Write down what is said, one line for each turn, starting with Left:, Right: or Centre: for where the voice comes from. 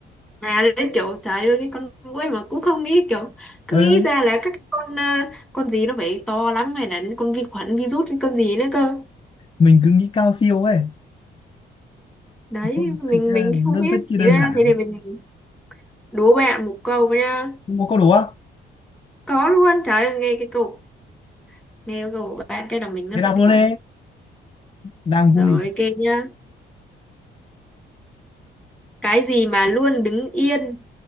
Centre: À đấy kiểu trời ơi cái con muỗi mà cũng không nghĩ kiểu cứ
Left: <laughs> ừ.
Centre: nghĩ ra là các con à, con gì nó phải to lắm hay là con vi khuẩn virus hay con gì nữa cơ
Left: mình cứ nghĩ cao siêu ấy
Centre: đấy
Left: Ừ,
Centre: mình
Left: thực ra
Centre: mình không
Left: nó
Centre: biết
Left: rất chi
Centre: thế
Left: đơn
Centre: ra
Left: giản
Centre: thế để mình đố bạn một câu với nha
Left: không có câu đố á
Centre: có luôn trời ơi nghe cái câu nghe cái câu của bạn cái đầu mình nó
Left: thế đọc
Centre: phải
Left: luôn
Centre: kiểu
Left: đi đang vui
Centre: rồi kê nhá cái gì mà luôn đứng yên